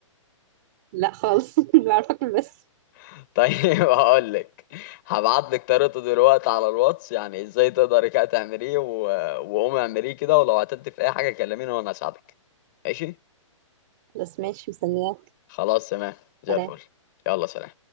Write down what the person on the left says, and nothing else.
<laughs> طيب هقول لك هبعت لك طريقته دلوقتي على الواتس يعني ازاي تقدري كده تعمليه و... وقومي اعمليه كده ولو عطلت في اي حاجه كلميني وانا اساعدك ماشي؟
خلاص تمام زي
الفل يلا سلام